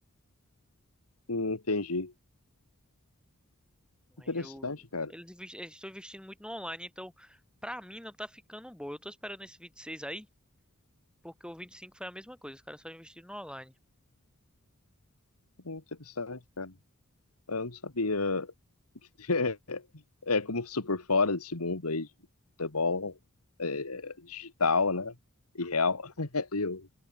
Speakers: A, on the left; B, in the centre.
A: Hum, Entendi.
B: Mas
A: Interessante,
B: eu,
A: cara.
B: eles, inves- eles estão investindo muito no online, então pra mim não tá ficando bom. Eu tô esperando esse 26 aí, porque o 25 foi a mesma coisa. Os caras só investiram no online.
A: Hum, Interessante, cara. Eu não sabia. <laughs> É como super fora desse mundo aí de futebol, é, digital, né? E real. <laughs> Eu,